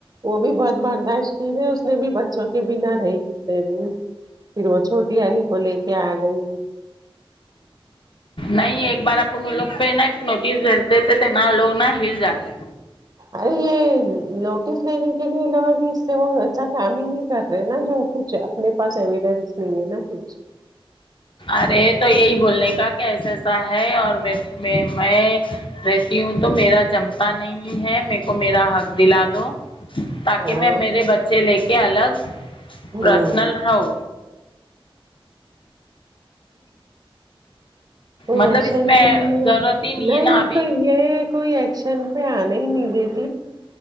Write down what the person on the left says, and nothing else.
نہیں ایک بار اپن وہ لوگ پہ نا نوٹس بھیج دیتے تھے نا وہ لوگ نا ہل جاتے
ارے تو یہی بولنے کا کیسےسا ہے اور م میں رہتی ہوں تو میرا جمتا نہیں ہے میکو میرا حق دلا دو تاکہ
میں میرے بچے لے کے الگ
پرسنل رہوں
مطلب
اس میں
ضرورت
ہی
ہے نا ابھی